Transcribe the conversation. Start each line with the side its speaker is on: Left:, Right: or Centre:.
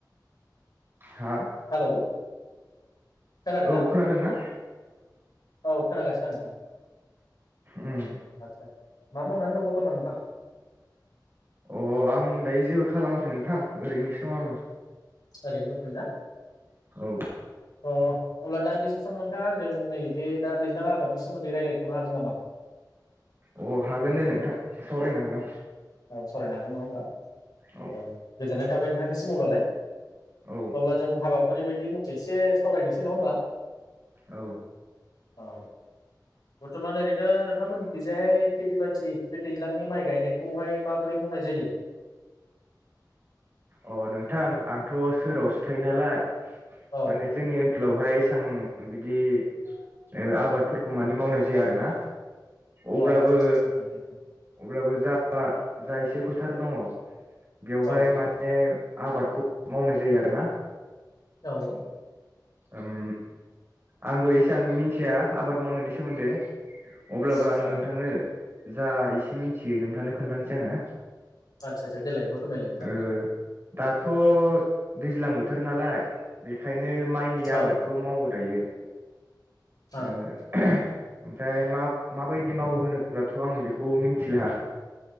Right: हा
Left: हेलौ खोनादोंना
Right: औ खोनादों ना
Left: औ खोनागासिनो आं नोंथां
Right: उम
Left: आदसा मा मावनानै दङ <unintelligible>
Right: अ आं दायो जेबो खालामाखै नोंथां ओरैनोसो दङ आङो
Left: ओरैनो दंथ'योना
Right: औ
Left: अ अब्ला दानदि से सम नोंथाङां आंजों नैबे दा दैज्लां आबादनि सोमोन्दै रायलायथनो हागोन नामा
Right: अ हागोन दे नोंथां सावरायनो हागोन
Left: औ सावरायनो हागोन नङा होमबा
Right: औ
Left: ओ गोजोननाय थाबाय नोंथांनिसिम अब्लालाय
Right: औ
Left: अब्ला जों हाबा फारि बायदि मथे एसे सावरायनोसै नङा होमबा
Right: औ
Left: औ बर्थमान ओरैनो नोंथांमोनिखैजाय खेथि बाथि बे दैज्लांनि माइ गायनायखौहाय माबोरै मावनाय जायो
Right: अ नोंथां आंथ' सोहोरावसो थायो नालाय
Left: औ
Right: माने जोंनि ओन सोलावहाय एसां बिदि ओ आबादफोरखौ माने मावनाय जाया आरोना अब्लाबो
Left: अ आदसा आदसा आदसा
Right: अब्लाबो जा जा एसे फोथार दङ बेवहाय
Left: औ
Right: माने आबादखौ मावनाय जायो आरोना
Left: औ
Right: उम आंबो एसां मिनथिया आबाद मावनायनि सोमोन्दै । अब्लाबो
Left: आदसा
Right: आं
Left: आदसा
Right: नोंथांनो जा एसे मिथियो नोंथांनो खोन्थानोसै आङो
Left: आतसा सा आ देलाय फोरमालाय नोंथां।
Right: ओ दाथ' दैज्लां बोथोर नालाय बेखाय नो माइनि
Left: औ
Right: आबादखौ मावो दायो।
Left: ओं
Right: ओ ओमफ्राय मा माबायदि बिदि मावहोब्लाथ' आं बेखौ मिनथिला